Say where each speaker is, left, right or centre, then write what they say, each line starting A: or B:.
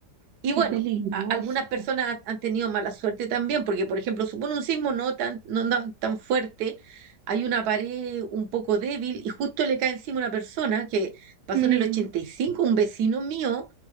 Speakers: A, on the right; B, on the right.
A: y bueno,
B: qué peligroso.
A: a- algunas personas han tenido mala suerte también, porque, por ejemplo, supone un sismo no tan, no, no tan fuerte, hay una pared un poco débil y justo le cae encima una persona que pasó
B: Mm.
A: en el 85, un vecino mío,